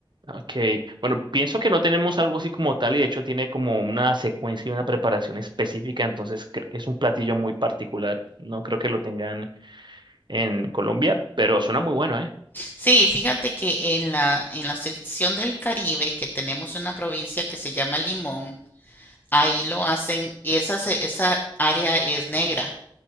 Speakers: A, on the right (about 55°); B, on the left (about 20°).
A: Ok, bueno, pienso que no tenemos algo así como tal y de hecho tiene como una secuencia y una preparación específica, entonces cre- es un platillo muy particular. No creo que lo tengan en Colombia, pero suena muy bueno, ¿eh?
B: Sí, fíjate que en la, en la sección del Caribe, que tenemos una provincia que se llama Limón, ahí lo hacen y esa, esa área es negra.